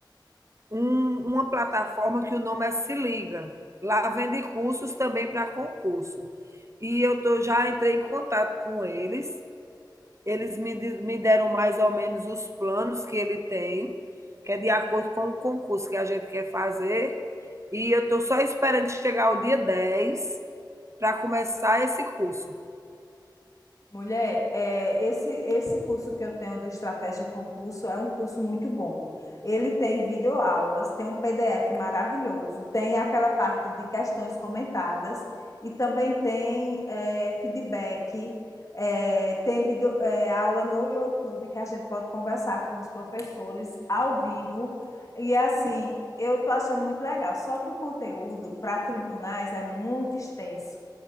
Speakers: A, on the right; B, on the left.
A: um- uma plataforma que o nome é Se Liga. Lá vende cursos também para concurso. E eu tô, já entrei em contato com eles eles me, me deram mais ou menos os planos que ele tem, que é de acordo com o concurso que a gente quer fazer. E eu estou só esperando chegar o dia 10 para começar esse curso.
B: Mulher, é, esse, esse curso que eu tenho do Estratégia Concurso é um curso muito bom. Ele tem videoaulas, tem um PDF maravilhoso, tem aquela parte de questões comentadas e também tem é, feedback, é, tem vídeo, é, aula no YouTube que a gente pode conversar com os professores ao vivo. E assim, eu estou achando muito legal, só que o conteúdo para tribunais é muito extenso.